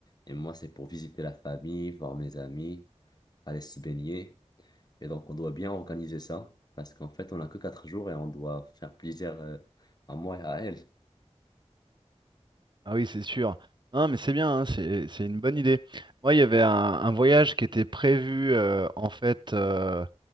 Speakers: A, on the left; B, on the right.
A: Et moi, c'est pour visiter la famille, voir mes amis, aller se baigner. Et donc, on doit bien organiser ça parce qu'en fait, on n'a que 4 jours et on doit faire plaisir, euh, à moi et à elle.
B: Ah oui, c'est sûr. Non, mais c'est bien, hein, c'est c'est une bonne idée. Moi, il y avait un, un voyage qui était prévu euh, en fait euh,